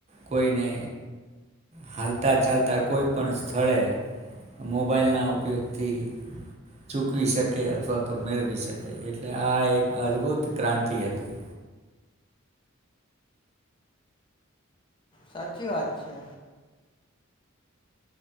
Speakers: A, on the right (about 30°); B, on the left (about 25°).
A: કોઈને. હાલતા ચાલતા કોઈ પણ સ્થળે મોબાઈલના ઉપયોગથી ચૂકવી શકે અથવા તો મેળવી શકે એટલે આ એક અદભુત ક્રાંતિ હતી.
B: સાચી વાત છે.